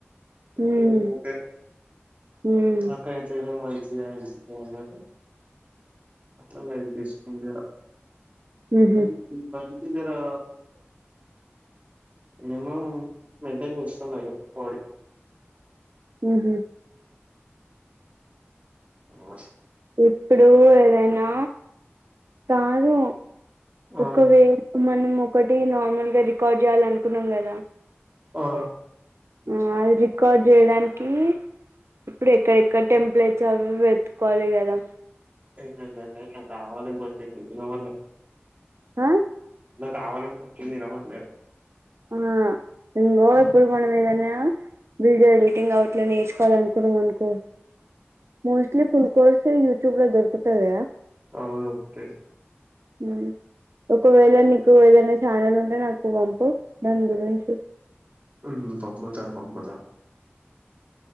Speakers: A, on the right; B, on the right.
A: ఇ
B: హ్మ్
A: ఓ ఓకే
B: హ్మ్
A: అక్కడతేడలు మొలిచ్చినాయి అనిపితాంది నాకు అట్లా లైట్ తీసుకున్నరా
B: ఊహూ
A: ఇ ఈ పని జరా మినిమమ్ వంట చేస్తా నేను పొడి
B: ఉహుం
A: <inaudible>
B: ఇప్పుడు ఏదైనా కాదు
A: ఆ
B: ఒక్కవేర్ మనం ఒకటి నార్మల్ గా రికార్డ్ చేయాల అనుకున్నాం కదా
A: ఆ
B: అ ఆ అది రికార్డ్ చేయడానికి ఇప్పుడు ఎక్కడెక్కడ టెంపుల్ చ అవి ఇవి వెతుకోవాలి గ దా
A: ఎంటెంటేంటే నాకు ఆవాలింపు పోచ్చింది వినపడలే
B: అ
A: నాకు ఆవాలింపు వచ్చింది వినపడలే
B: ఆ ఇంగో ఇప్పుడు మనం ఏదైనా వీడియో ఎడిటింగ్ అవుట్ ఇట్లా నేర్చుకోవాలి అనుకున్నాం అనుకో మోస్ట్లి ఫుల్ కోర్సు ఎ యూట్యుబ్లో దొరుకుతాయా
A: అవును ఓత్తయ్
B: ఉం ఒకవేళ నీకు ఎదైన చానల్ ఉంటే నాకు వంపు దాని గురించి
A: ఉం పంపుతా పంపుతా